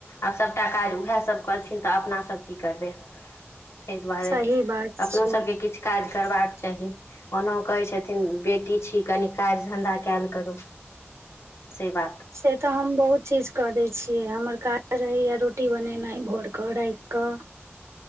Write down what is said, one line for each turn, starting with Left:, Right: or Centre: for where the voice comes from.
Left: आब सभटा काज उएहसभ करथिन तऽ अपनासभ की करबै ताहि दुआरे
Right: सही बात
Left: अपनो
Right: छै
Left: सबके किछु काज करबाक चाही ओना कहै छथिन बेटी छी कनि काज धन्धा कयल करू से बात
Right: से तऽ हम बहुत चीज कऽ दै छियै हमर काज रहैया रोटी बनेनाइ भोर कऽ राखि कऽ